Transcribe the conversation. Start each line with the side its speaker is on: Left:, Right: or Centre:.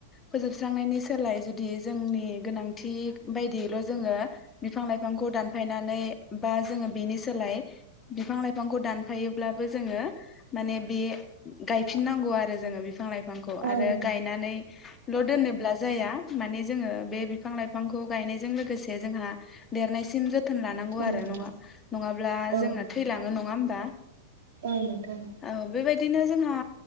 Left: फोजोबस्रांनायनि सोलाय जुदि जोंनि गोनांथि बायदियैल' जोङो बिफां लाइफांखौ दानफायनानै बा जोङो बेनि सोलाय बिफां लाइफांखौ दानफायोब्लाबो जोङो माने बे गायफिननांगौ आरो जोङो बिफां लाइफां बिफांखौ
Right: औ नोंथां
Left: आरो गायनानैल' दोनोब्ला जाया माने जोङो बे बिफां लाइफांखौ गायनायजों लोगोसे जोंहा देरनायसिम जोथ जोथोन लानांगौ
Right: औ
Left: आरो
Right: नोंथां।
Left: नङा नङाब्ला
Right: औ
Left: जोंना थैलाङो नङा होमबा।
Right: औ नोंथां।
Left: औ बेबायदिनो जोंहा